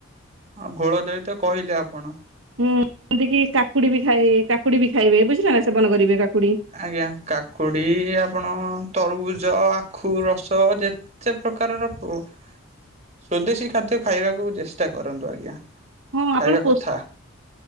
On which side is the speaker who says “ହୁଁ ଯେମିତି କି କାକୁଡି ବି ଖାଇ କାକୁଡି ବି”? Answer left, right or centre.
Right